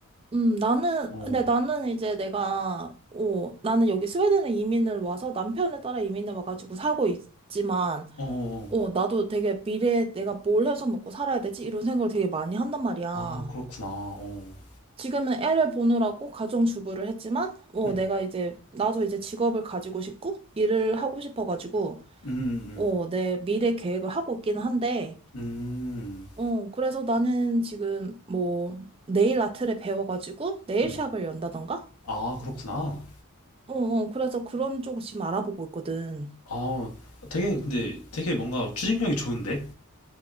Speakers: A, on the right; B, on the left.
A: 음, 나는,
B: 어,
A: 근데 나는 이제 내가, 어, 나는 여기 스웨덴에 이민을 와서 남편을 따라 이민을 와가지고 살고 있지만,
B: 어, 어.
A: 어, 나도 되게 미래에 내가 뭘 해서 먹고 살아야 되지? 이런 생각을 되게 많이 한단 말이야.
B: 아 그렇구나. 어,
A: 지금은 애를 보느라고 가정주부를 했지만, 어,
B: 음,
A: 내가 이제, 나도 이제 직업을 가지고 싶고, 일을 하고 싶어가지고,
B: 음, 음,
A: 어, 내 미래 계획을 하고 있기는 한데,
B: 음,
A: 어, 그래서 나는 지금 뭐, 네일 아트를 배워가지고, 네일샵을
B: 음. 음.
A: 연다던가?
B: 아 그렇구나.
A: 어, 어, 그래서 그런 쪽을 지금 알아보고 있거든.
B: 아 되게 근데 되게 뭔가 추진력이 좋은데?